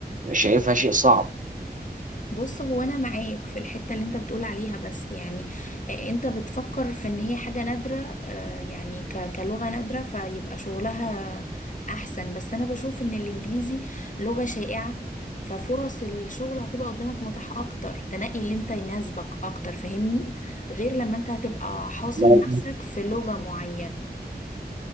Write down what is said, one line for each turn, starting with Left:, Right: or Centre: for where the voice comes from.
Right: شايفها شيء صعب
Left: بص هو انا معاك في الحتة اللي انت بتقول عليها بس يعني آه، انت بتفكر في ان هي حاجة نادرة آه، يعني ك- كلغة نادرة فيبقى شغلها احسن بس انا بشوف ان الانجليزي لغة شائعة ففرص الشغل هتبقى قدامك متاحة اكتر تنقي اللي انت يناسبك اكتر فاهمني غير لما انت هتبقى حاصر
Right: ما-
Left: نفسك في لغة معينة